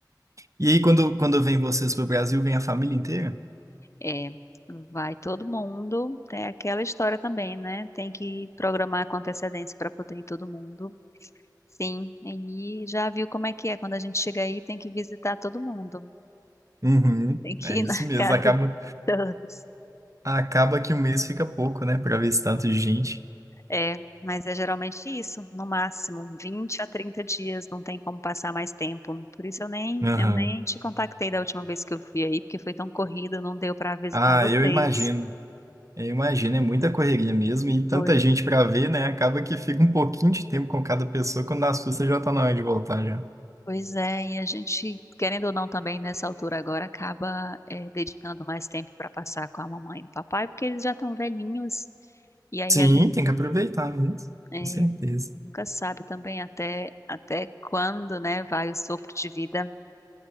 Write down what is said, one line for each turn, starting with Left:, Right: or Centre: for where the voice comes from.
Right: E aí, quando, quando vem vocês pro Brasil, vem a família inteira?
Left: É, vai todo mundo. Tem aquela história também, né? Tem que programar com antecedência para poder ir todo mundo. Sim, e já viu como é que é. Quando a gente chega aí, tem que visitar todo mundo.
Right: Uhum,
Left: Tem que
Right: é isso
Left: ir na <laughs>
Right: mesmo.
Left: casa
Right: Acaba,
Left: de todos.
Right: acaba que um mês fica pouco, né? Pra ver esse tanto de gente.
Left: É, mas é geralmente isso, no máximo 20 a 30 dias, não tem como passar mais tempo. Por isso eu nem,
Right: Aham.
Left: eu nem te contactei da última vez que eu fui aí, porque foi tão corrido, não deu para visitar
Right: Ah,
Left: vocês.
Right: eu imagino. Eu imagino, é muita correria mesmo e tanta
Left: Pois
Right: gente pra ver, né? Acaba que fica um pouquinho de tempo com cada pessoa, quando as suas já tá na hora de voltar já.
Left: Pois é, e a gente, querendo ou não, também nessa altura agora acaba eh, dedicando mais tempo para passar com a mamãe e o papai, porque eles já estão velhinhos, e aí
Right: Sim,
Left: a gente
Right: tem que aproveitar mesmo,
Left: eh,
Right: com certeza.
Left: nunca sabe também até, até quando, né, vai o sopro de vida,